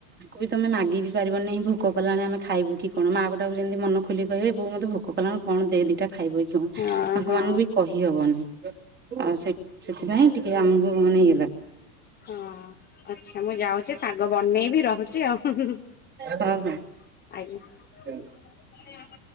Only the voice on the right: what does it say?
ବି ତମେ ମାଗି ବି ପାରିବନିହିଁ ଭୋକ କଲାଣି ଆମେ ଖାଇବୁ କି କଣ ମାଆ ଗୋଟାକୁ ଯେମିତି ମନ ଖୋଲି କହିବେ ବୋଉ ମୋତେ ଭୋକ କଲାଣି କଣ ଦେ ଦିଟା ଖାଇବ କିି କଣ?
ତାଙ୍କମାନଙ୍କୁ
ବି କହିବି ହବନି ଆଉ ସେ ସେଥିପାଇଁ ଟିକେ ଆମକୁ ମାନେଇଗଲା
ହଉ ହଉ। <unintelligible>